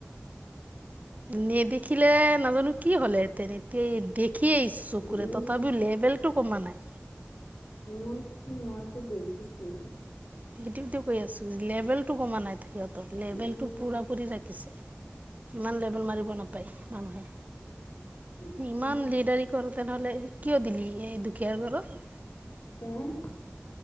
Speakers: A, on the right (about 40°); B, on the left (about 85°).
A: নেদেখিলে নাজানো কি হ'লে। তেনেকে দেখি আহিছোঁ চকুৰে
B: উম
A: তথাপিও লেভেল টো কমা নাই।
B: মোৰটো মইতো দেখিছোঁ।
A: সেইটোৱেটো কৈ আছোঁ, লেবেলটো কমা নাই, লেবেলটো
B: উম
A: পোৰা পুৰি ৰাখিছে। ইমান লেবেল মাৰিব নাপায় মানুহে।
B: দামী
A: ইমান
B: দামী
A: লিডাৰি কৰোঁতে নহ'লে কিয় দিলি এই দুখীয়াৰ ঘৰত।
B: উম।